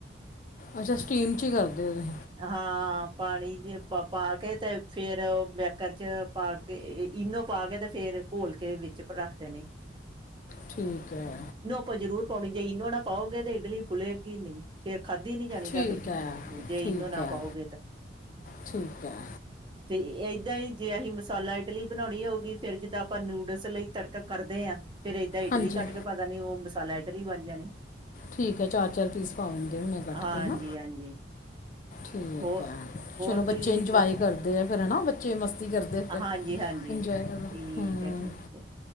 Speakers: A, on the left; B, on the right.
A: ਅੱਛਾ, ਸਟੀਮ'ਚ ਹੀ ਕਰਦੇ ਹੋ, ਤੁਹੀ?
B: ਹਾਂ ਪਾਣੀ'ਚ ਪ, ਪਾਕੇ ਤੇ ਫਿਰ ਬੈਕਰ'ਚ ਪਾਕੇ ਇਨੋ ਪਾਕੇ ਤੇ, ਫਿਰ ਘੋਲਕੇ ਵਿੱਚ ਰੱਖਦੇਨੇ।
A: ਠੀਕ ਹੈ।
B: ਪ ਜ਼ਰੂਰ ਪਾਉਣੀ ਚਾਹੀ--ਜੇ ਇਨੋ ਨਾਂ ਪਾਓਗੇ ਤੇ ਇਡਲੀ ਫੁਲੇਗੀ ਨਹੀਂ। ਫੇਰ ਖਾਧੀ ਨੀ ਜਾਣੀ ਤੁਹਾਡੇ
A: ਠੀਕ
B: ਕੋ,
A: ਹੈ
B: ਜੇ
A: ਠੀਕ
B: ਈਨੋ ਨਾ
A: ਹੈ
B: ਪਾਓਗੇ ਤੇ।
A: ਠੀਕ ਐ।
B: ਤੇ, ਏਦਾਂ ਹੀ ਜੇ ਅਹੀ ਮਸਾਲਾ ਇਡਲੀ ਬਣਾਉਣੀ ਹੋਊਗੀ, ਫਿਰ ਜਿੱਦਾਂ ਆਪਾਂ ਨੂਡਲਸ ਲਈ ਤੜਕ ਕਰਦੇ ਹਾਂ ਫਿਰ ਏਦਾਂ ਇਡਲੀ
A: ਹਾਂਜੀ
B: ਕੱਟਕੇ ਪਾ ਦੇਣੀ, ਉਹ ਮਸਾਲਾ ਇਡਲੀ ਬਣ ਜਾਣੀ।
A: ਠੀਕ ਐ, ਚਾਰ-ਚਾਰ ਪੀਸ ਪਾ ਦਿੰਦੇ ਹੋਣੇ ਕੱਟਕੇ
B: ਹਾਂਜੀ
A: ਹਣਾ?
B: ਹਾਂਜੀ
A: ਠੀਕ
B: ਹੋਰ
A: ਐ।
B: ਹੋਰ
A: ਚਲੋ ਬੱਚੇ
B: ਤੁਸੀਂ
A: ਇੰਜਵਾਏ
B: ਦੱਸ
A: ਕਰਦੇ ਆ ਫਿਰ ਹਨਾ, ਬੱਚੇ ਮਸ ਮਸਤੀ ਕਰਦੇ ਹੁੰਦੇ,
B: ਹਾਂਜੀ ਹਾਂਜੀ
A: ਇੰਜੌਏ
B: ਠੀਕ
A: ਕਰਦੇ, ਹੂੰ,
B: ਹੈ ਠੀਕ ਹੈ